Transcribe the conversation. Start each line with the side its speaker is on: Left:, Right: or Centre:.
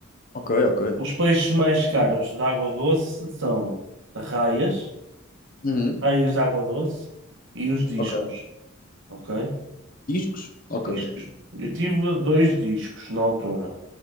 Left: Ok, ok.
Right: Os peixes mais caros de água doce são raias,
Left: Uhum.
Right: raias de água doce e os discos,
Left: Ok.
Right: ok?
Left: Discos? Ok.
Right: Discos. Eu tive dois discos na altura